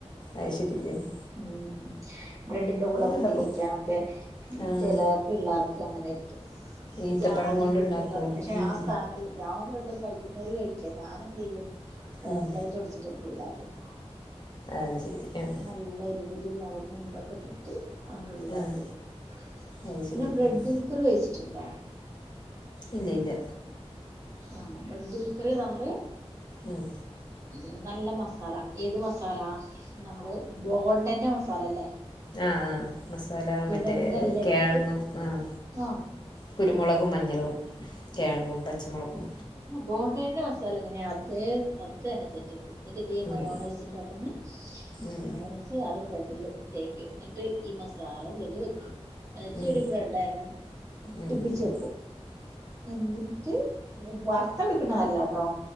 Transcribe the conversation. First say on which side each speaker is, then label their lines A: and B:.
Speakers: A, on the left (about 40°); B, on the right (about 30°).
A: അയ്‌ശേരി. <unintelligible>
B: ഉം ബ്രെഡിന്റെ കൂടെ കൂട്ടി
A: ഉണ്ടാക്കും
B: കഴിക്കാനൊക്കെ
A: ആഹ്
B: ചെലാ പിള്ളേർക്ക് അങ്ങനെയിരിക്കും
A: ഈത്തപ്പഴം
B: ജാമും
A: കൊണ്ടുണ്ടാക്കും
B: ബ്രെഡുംന്ന് റയും. പക്ഷെ
A: ഉം
B: ആ സ്ഥാന ജാമും ബ്രെഡും കഴിക്കുന്നൊര് കഴിക്കാ ഞാൻ എന്തെയ്യും
A: ഉം
B: ലൈറ്റ് അടിച്ചിട്ടയ്ന്റെഉള്ളിലാക്കിയക്കും
A: അത് ശെരി ആഹ്
B: നല്ല എരുവില് മൊളകും ഇതൊക്കെ ഇട്ടിട്ട് അയിന്റെള്ളിലാക്കിവെക്കും.
A: ആഹ് അത്
B: പിന്നെ
A: ശരി
B: ബ്രെഡിലെകുറി
A: ആഹ്
B: കഴിച്ചിട്ടുണ്ടെ.
A: ഇല്ല ഇല്ല
B: ആ ബ്രെഡ്ല്ക്കര് നമ്മള്
A: ഉം
B: ഉം നല്ല മസാല ഏത് മസാല നമ്മള് ബോണ്ടന്റെ മസാലല്ലേ
A: ആഹ് ആഹ് മസാല
B: കിഴങ്ങെല്ലാം
A: മറ്റേ കിഴങ്ങും
B: ഇട്ടിട്ട്
A: ആഹ്
B: ആഹ്
A: കുരുമുളകും, മഞ്ഞളും, കെഴങ്ങും പച്ചമൊളകും.
B: ആ ബോണ്ടേന്റെ മസാല എങ്ങനെയ അതേ അതന്നെ സെറ്റപ്പ് ന്നിട്ട് എന്ത്യ്യും
A: ഉം
B: മയോണയ്സ് ഇണ്ടാക്കുന്നെ
A: ഉം
B: മയോണയ്സ് ആദ്യം ബ്രെഡില് തേക്കും. ന്നിട്ട് ഈ മസാല ഉള്ളില് വെക്കും വെച്ചയ്ഞ്ഞിട്ട്
A: ഉം
B: ബ്രെഡയ്മൻ ഒട്ടിപ്പിച്ച്
A: ഉം
B: വെക്കും എന്നിട്ട് വറ്ത്തട്ക്കണല്ലാട്ടോ